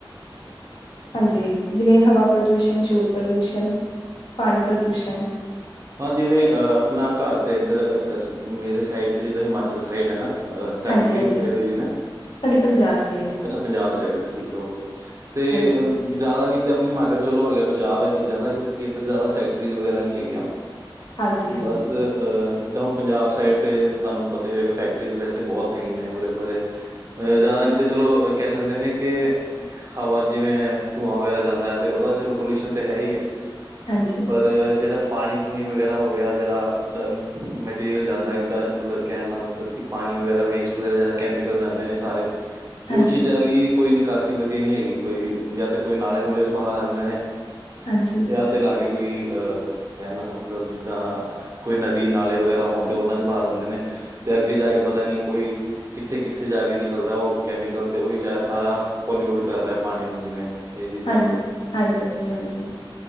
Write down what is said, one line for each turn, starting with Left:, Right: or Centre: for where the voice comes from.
Left: ਹਾਂਜੀ, ਜਿਵੇਂ ਹਵਾ ਪ੍ਰਦੂਸ਼ਣ, ਸ਼ੋਰ ਪ੍ਰਦੂਸ਼ਣ, ਪਾਣੀ ਪ੍ਰਦੂਸ਼ਣ।
Right: ਹਾਂ ਜਿਵੇਂ ਅ ਆਪਣਾ ਘਰ ਤੇ ਇੱਧਰ ਮੇਰੇ ਸਾਈਡ ਤੇ ਜਿੱਦਾਂ ਹਿਮਾਚਲ ਸਾਈਡ ਹੈ ਨਾ ਅ ਤੁਹਾਡੀ
Left: ਹਾਂਜੀ-ਹਾਂਜੀ।
Right: ਕਿੜੀ ਸਾਈਡ ਹੋਈ ਜਿਵੇਂ
Left: ਸਾਡੀ ਪੰਜਾਬ ਸਾਈਡ ਹੈ।
Right: ਅੱਛਾ ਪੰਜਾਬ ਸਾਈਡ ਠੀਕ ਹੈ ਓਕੇ ਤੇ
Left: ਹਾਂਜੀ,
Right: ਜ਼ਿਆਦਾ ਨੀ ਤੇ ਆਪਣੀ ਹਿਮਾਚਲ ਚਲੋ ਹਲੇ ਬਚਾਵ ਹੈ, ਚੀਜ਼ਾਂ ਦਾ ਕਿਉਂਕਿ ਇੱਧਰ ਜ਼ਿਆਦਾ ਫੈਕਟਰੀਜ਼ ਵਗੈਰਾ ਨੀ ਹੈਗੀਆਂ।
Left: ਹਾਂਜੀ-ਹਾਂਜੀ,
Right: ਬਸ। ਅ ਡੋਓਂਨ ਪੰਜਾਬ ਸਾਈਡ ਤੇ ਤੁਹਾਨੂੰ ਪਤਾ ਹੀ ਹੋਏਗਾ, ਫੈਕਟਰੀ ਵੈਸੇ ਬਹੁਤ ਹੈਗੇ ਨੇ ਉਰੇ, ਪਰੇ ਅ ਜ਼ਿਆਦਾ ਨਹੀਂ ਤੇ ਚਲੋ ਕਹਿ ਸਕਦੇ ਨੇ ਕੇ ਹਵਾ ਜਿਵੇਂ ਧੂੰਆਂ ਵਗ਼ੈਰਾ ਜਾਂਦਾ ਹੈ, ਤੇ ਉਹਦਾ ਚਲੋ ਪੋਲਿਊਸ਼ਨ ਤਾਂ ਹੈ ਹੀ ਹੈ।
Left: ਹਾਂਜੀ।
Right: ਪਰ ਜਿਹੜਾ ਪਾਣੀ ਹੂਣੀ ਵਗੈਰਾ ਹੋ ਗਿਆ, ਜਿਹੜਾ ਡ ਮਟੀਰੀਅਲ ਜਾਂਦਾ ਡ ਮਤਲਬ ਕਹਿਣ ਦਾ ਮਤਲਬ ਕਿ ਪਾਣੀ ਵਗੈਰਾ ਵੇਸਟ ਵਗੈਰਾ ਕੈਮੀਕਲ ਜਾਂਦੇ ਨੇ ਸਾਰੇ।
Left: ਹਾਂਜੀ,
Right: ਉਹ ਚੀਜ਼ਾਂ
Left: ਹਾਂਜੀ,
Right: ਲਈ ਕੋਈ ਨਿਕਾਸੀ ਵਧੀਆ ਨਹੀਂੀ ਹੈਗੀ ਕੋਈ ਜਾਂ ਤਾਂ ਕੋਈ ਨਾਲੇ ਨੂਲੇ ਚ ਬਹਾ ਦਿੰਦੇ ਨੇ
Left: ਹਾਂਜੀ
Right: ਵਿਆਹ ਤੇ ਲਾਗੇ ਕੋਈ ਅਹ ਕਹਿੰਦਾ ਮਤਲਬ ਜਿੱਦਾਂ ਕੋਈ ਨਦੀ ਨਾਲੇ ਵਗੈਰਾ ਹੋਣ ਤੇ ਉਹਨਾਂ ਚ ਪਾ ਦਿੰਦੇ ਨੇ ਤੇ ਅੱਗੇ ਜਾ ਕੇ ਪਤਾ ਨੀ ਕੋਈ ਕਿੱਥੇ ਕਿੱਥੇ ਜਾ ਕੇ ਨਿਕਲਦਾ ਉਹ ਕੈਮੀਕਲ ਤੇ ਉਹੀ ਚ ਸਾਰਾ ਪੋਲਿਊਟ ਕਰ ਰਿਹਾ ਪਾਣੀ ਨੂੰ ਜਿਵੇਂ ਇਹ ਚੀਜ਼ਾਂ
Left: ਹਾਂਜੀ ਹਾਂਜੀ ਹਾਂਜੀ ਹਾਂਜੀ